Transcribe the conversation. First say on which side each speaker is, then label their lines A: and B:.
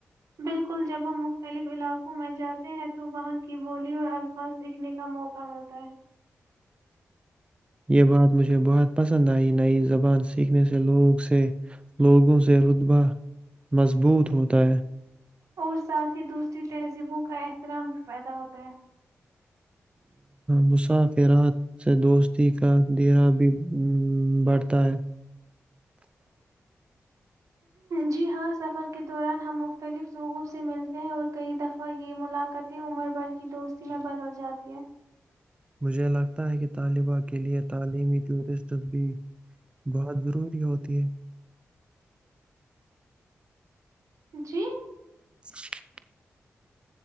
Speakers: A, on the right (about 80°); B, on the right (about 20°).
A: بالکل جب ہم مختلف علاقوں میں جاتے ہیں تو وہاں کی بولی اور الفاظ سیکھنے کا موقع ملتا ہے
B: یہ بات مجھے بہت پسند آئی نئی زبان سیکھنے سے لوگ سے لوگوں سے رتبہ مضبوط ہوتا ہے
A: اور ساتھ ہی دوسری تہذیبوں کا احترام بھی پیدا ہوتا ہے
B: مسافرات سے دوستی کا درا بھی بڑھتا ہے
A: جی ہاں سفر کے دوران ہم مختلف لوگوں سے ملتے ہیں اور کئی دفعہ یہ ملاقاتیں عمر بھر کی دوستی میں بدل جاتی ہیں
B: مجھے لگتا ہے کہ طالبہ کے لیے تعلیمی ٹیورسٹس بھی بہت ضروری ہوتی ہے
A: جی
B: <inaudible>